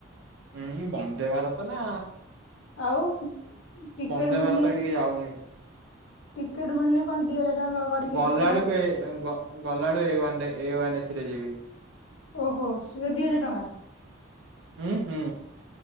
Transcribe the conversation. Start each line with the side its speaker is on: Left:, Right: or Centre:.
Right: ହୁଁ ବନ୍ଦେ ଭାରତ ନା
Left: ଆଉ ଟିକେଟ
Right: ବନ୍ଦେ
Left: ମିଳୁନି
Right: ଭାରତ ଏଠିକି ଯାଉନି।
Left: ଟିକେଟ ମିଳୁନି କଣ ଦି ଟଙ୍କା କରିକି
Right: ଗଲା
Left: ଟିକେଟ
Right: ବେଳକୁ
Left: ଆସି
Right: ଏ ଗ୍-ଗଲା ବେଳକୁ ଏ ୱାନ ଏ ସି ରେ ଯିବି।
Left: ଓହୋ ସେ ଦିହଜାର ଟଙ୍କା?
Right: ହୁଁ ହୁଁ